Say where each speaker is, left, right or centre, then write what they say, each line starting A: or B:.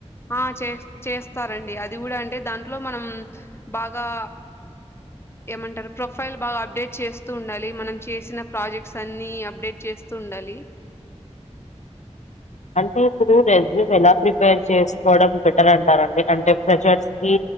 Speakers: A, on the left (about 20°); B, on the left (about 80°).
A: ఆ చే చేస్తారండి అది కూడా అంటే దాంట్లో మనం బాగా, ఏమంటారు ప్రొఫైల్ బాగా అప్డేట్ చేస్తూ ఉండాలి మనం చేసిన ప్రాజెక్ట్స్ అన్ని అప్డేట్ చేస్తూ ఉండాలి.
B: అంటే ఇప్పుడు రెజ్యూమ్ ఎలా ప్రిపేర్ చేసుకోవడం బెటర్ అంటారండి అంటే ప్రెషర్స్ కి,